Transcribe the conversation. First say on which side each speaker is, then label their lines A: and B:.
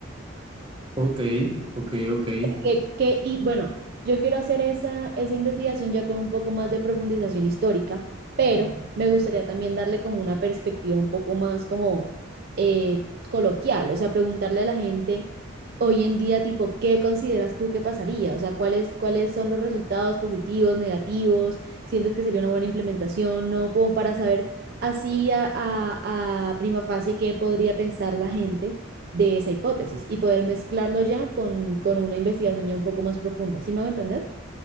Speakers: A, on the right; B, on the right.
A: Ok, ok, ok,
B: que, que- y bueno, yo quiero hacer esa, esa investigación ya con un poco más de profundización histórica, pero me gustaría también darle como una perspectiva un poco más como eh, coloquial, o sea, preguntarle a la gente hoy en día, tipo, ¿qué consideras tú que pasaría? O sea, ¿cuáles, cuáles son los resultados positivos, negativos? ¿Sientes que sería una buena implementación? No, como para saber así a, a, a prima facie qué podría pensar la gente de esa hipótesis y poder mezclarlo ya con, con una investigación ya un poco más profunda. ¿Sí me va a entender?